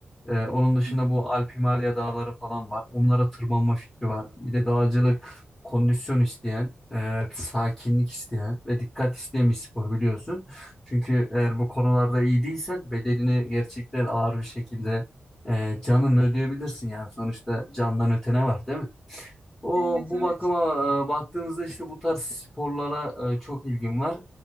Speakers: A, on the left; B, on the right.
A: Ee, onun dışında
B: Hı hı.
A: bu Alp Himalaya dağları falan var. Onlara tırmanma fikri var. Bir de dağcılık kondisyon isteyen, e, sakinlik isteyen ve dikkat isteyen bir spor biliyorsun. Çünkü eğer bu konularda iyi değilsen bedelini gerçekten ağır bir şekilde e, canınla ödeyebilirsin yani. Sonuçta candan ötene var değil mi? O
B: Evet,
A: bu
B: evet.
A: bakıma e, baktığımızda işte bu tarz sporlara e, çok ilgim var.